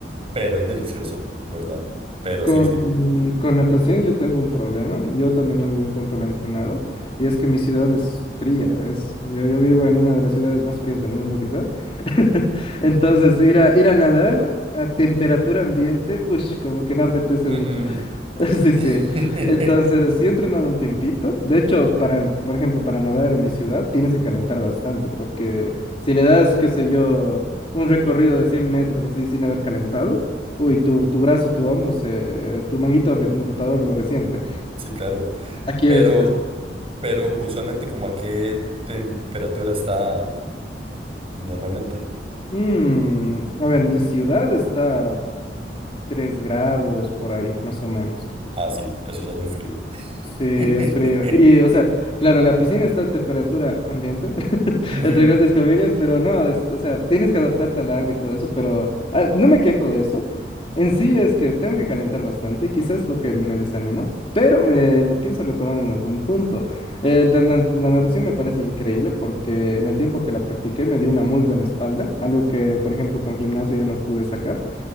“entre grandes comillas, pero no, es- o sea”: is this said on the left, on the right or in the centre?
Left